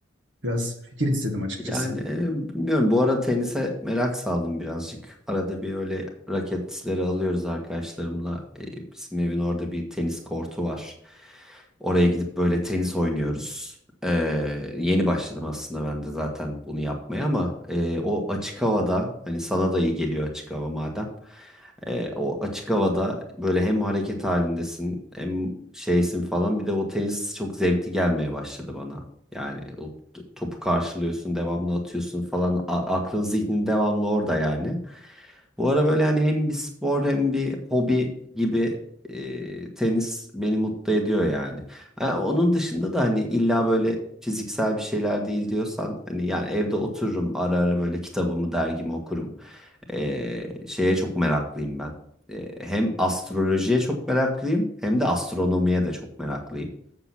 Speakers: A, on the right; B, in the centre.
A: Biraz fikir istedim açıkçası.
B: Yani e, bilmiyorum bu ara tenise merak saldım birazcık. Arada bir öyle raketleri alıyoruz arkadaşlarımla. E, bizim evin orada bir tenis kortu var. Oraya gidip böyle tenis oynuyoruz. E, yeni başladım aslında ben de zaten bunu yapmaya ama e, o açık havada hani sana da iyi geliyor açık hava madem. E, o açık havada böyle hem hareket halindesin hem şeysin falan bir de o tenis çok zevkli gelmeye başladı bana. Yani o topu karşılıyorsun, devamlı atıyorsun falan. A- aklın zihnin devamlı orada yani. Bu ara böyle hani hem bir spor hem bir hobi gibi e, tenis beni mutlu ediyor yani. Ha, onun dışında da hani illa böyle fiziksel bir şeyler değil diyorsan hani yani evde otururum ara ara böyle kitabımı dergimi okurum. E, şeye çok meraklıyım ben. E, hem astrolojiye çok meraklıyım hem de astronomiye de çok meraklıyım.